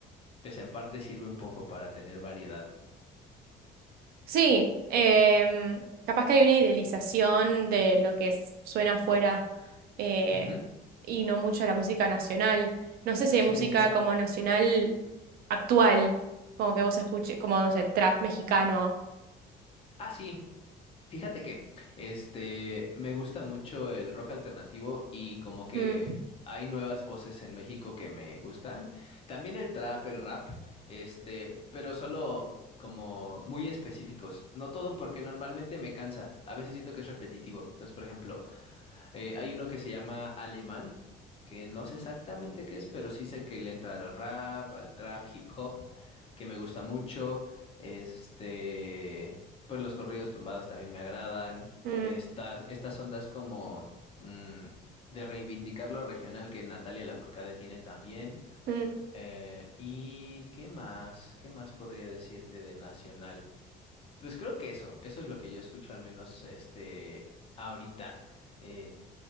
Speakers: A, on the left (about 35°); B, on the right (about 65°).
A: pues en parte sirve un poco para tener variedad.
B: Sí, em, capaz que hay una idealización de lo que s- suena afuera eh,
A: Ujú,
B: y no mucho de la música nacional. No sé si hay
A: Sí,
B: música
A: sí, sí.
B: como nacional actual, como que vos escuches, como no sé, trap mexicano.
A: Ah, sí. Fíjate que este me gusta mucho el rock alternativo y como que
B: Mm,
A: hay nuevas voces en México que me gustan. También el trap, el rap, este, pero solo como muy específicos. No todo porque normalmente me cansa. A veces siento que es repetitivo. Entonces, por ejemplo, eh, hay uno que se llama Alemán, que no sé exactamente qué es, pero sí sé que le entra al rap, al trap, hip hop, que me gusta mucho. Este, pues los corridos tumbados también me agradan.
B: mm,
A: Estas, estas ondas como mm, de reivindicar lo regional que Natalia Lafourcade tiene también.
B: mm.
A: Eh, ¿y qué más? ¿Qué más podría decirte de nacional? Pues creo que eso, eso es lo que yo escucho al menos este ahorita. Eh,